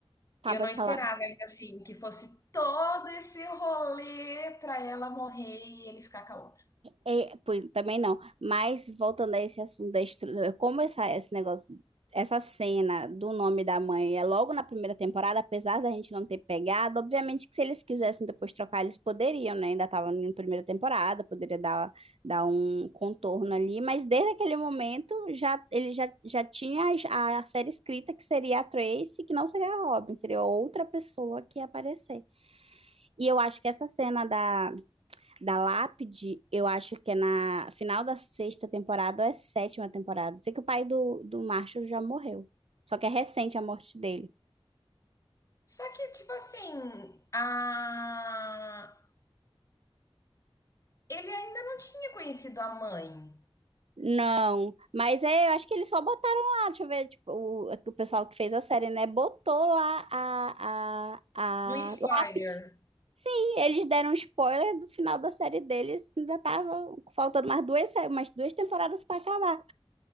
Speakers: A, on the right; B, on the left.
A: tá,
B: Eu
A: pode
B: não esperava
A: falar.
B: ainda, assim, que fosse todo esse rolê para ela morrer e ele ficar com a outra.
A: É, é, pois, também não. Mas voltando a esse assunto da estrutura, como essa, esse negócio, essa cena do nome da mãe é logo na primeira temporada, apesar da gente não ter pegado, obviamente que se eles quisessem depois trocar, eles poderiam, né? Ainda estavam na primeira temporada, poderia dar, dar um contorno ali, mas desde aquele momento já ele já, já tinha a, a série escrita que seria a Tracy, que não seria a Robin, seria outra pessoa que ia aparecer. E eu acho que essa cena da da Lápide, eu acho que é na final da sexta temporada ou é sétima temporada. Sei que o pai do, do Marshall já morreu. Só que é recente a morte dele.
B: Só que, tipo assim, a... ele ainda não tinha conhecido a mãe.
A: Não, mas é, eu acho que eles só botaram lá, deixa eu ver, tipo, o, o pessoal que fez a série, né? Botou lá a, a,
B: Um spoiler.
A: a lápide. Sim, eles deram um spoiler do final da série deles, ainda tava faltando mais duas, sé- umas duas temporadas para acabar.